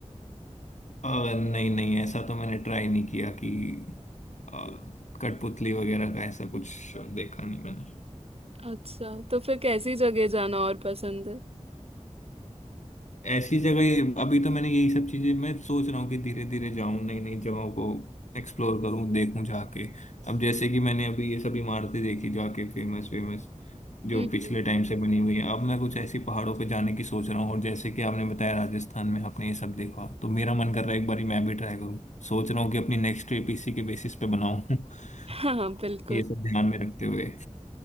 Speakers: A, on the left (about 75°); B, on the right (about 55°).
A: अ, नहीं नहीं ऐसा तो मैंने ट्राई नहीं किया कि अ, कठपुतली वगैरह का ऐसा कुछ देखा नहीं मैंने
B: अच्छा तो फिर कैसी जगह जाना और पसंद है
A: ऐसी जगह अभी तो मैंने यही सब चीजें मैं सोच रहा हूँ कि धीरे धीरे जाऊं नई नई जगहों को एक्सप्लोर करूं देखूं जाके अब जैसे कि मैंने अभी ये सब इमारतें देखी जाके फेमस फेमस जो
B: हम्म
A: पिछले टाइम से बनी हुई है अब मैं कुछ ऐसी पहाड़ों पे जाने की सोच रहा हूँ और जैसे कि आपने बताया राजस्थान में आपने ये सब देखा तो मेरा मन कर रहा है एक बारी मैं भी ट्राई करूँ सोच रहा हूँ कि अपनी नेक्स्ट ट्रिप इसी के बेसिस पे बनाऊं <laughs>
B: हाँ हाँ, बिल्कुल
A: ये सब ध्यान में रखते हुए